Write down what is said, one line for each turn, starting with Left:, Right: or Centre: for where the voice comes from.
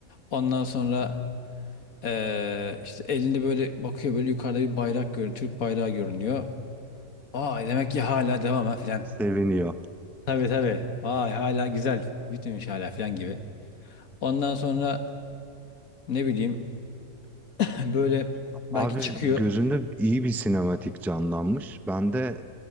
Left: Ondan sonra eee, işte elinde böyle bakıyor böyle yukarıda bir bayrak görünüyor. Türk bayrağı görünüyor. Aa demek ki hala devam ha filan.
Centre: Seviniyor.
Left: Tabii tabii. Vay hala güzel. Bitmemiş hala filan gibi. Ondan sonra ne bileyim <clears throat> <laughs> böyle belki
Centre: Abi
Left: çıkıyor.
Centre: gözünde iyi bir sinematik canlanmış. Ben de